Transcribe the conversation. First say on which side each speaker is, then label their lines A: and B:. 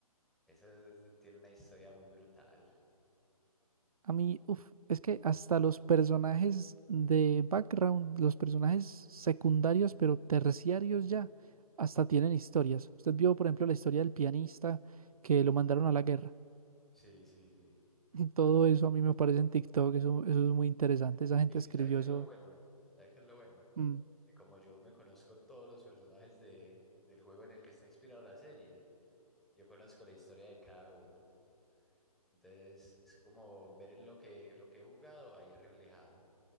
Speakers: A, in the centre; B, on the right.
A: Esa es- tiene una historia muy brutal.
B: A mí, uf, es que hasta los personajes de background, los personajes secundarios, pero terciarios ya, hasta tienen
A: Sí,
B: historias. Usted vio, por ejemplo, la historia del pianista que lo mandaron a la guerra.
A: sí, sí, sí.
B: <laughs> Todo eso a mí me parece en TikTok, eso, eso es muy interesante. Esa gente
A: ¿Y
B: escribió
A: y sabe qué
B: eso.
A: es lo bueno? ¿Sabe qué es lo bueno?
B: mm,
A: que como yo me conozco todos los personajes de, del juego en el que está inspirado la serie, yo conozco la historia de cada uno. Entonces es como ver lo que, lo que he jugado ahí reflejado,